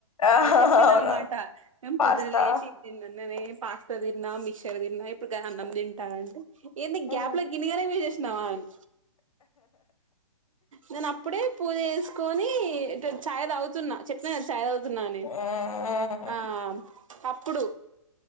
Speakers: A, on the left; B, on the right.
A: ఆహా
B: చెప్పిందన్నమాట
A: అవునా
B: మేం
A: పాస్తా
B: పొద్దున లేచి ఇది తిన్నననే పాస్తా తిన్నా మిక్సర్ తిన్నా ఇప్పుడు గా అన్నం తింటా అంటే ఏందే
A: ఉమ్.
B: గ్యాప్లో గినిగనం ఎసేసీ నా అని నేను అప్పుడే పూజ చేసుకొని తే చాయ్ తాగుతున్న చెప్పిన కదా చాయ్ తాగుతున్నాఅని
A: ఉమ్.
B: ఆఆ అప్పుడు